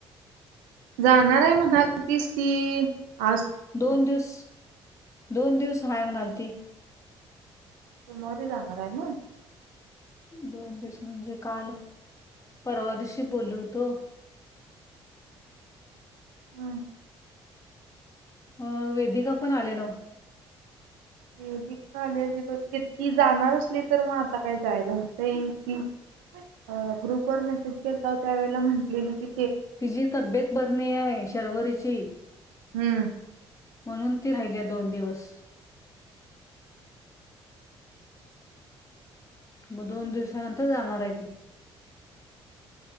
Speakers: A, on the right; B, on the left.
A: जाणार आहे म्हणालतीस ती. आज सोमवारी
B: दोन दिवस दोन दिवस हाय म्हणालती
A: सोमवारी जाणार आहे म.
B: दोन दिस म्हणजे काल परवा दिवशी बोलो हुतो.
A: हं.
B: अ वेदिका पण आल्या नव?
A: <unintelligible> ती जाणार असली तर मग आता काय जायला हुतंय, की अं ग्रुप वर मेसेज केलता त्यावेळी म्हटलेली कि
B: तिजी तब्येत बरी न्हाई आहे शर्वरीची.
A: हम्म.
B: म्हणून ती राहिल्या दोन दिवस. मग दोन दिवसानंतर जाणार आहे ती.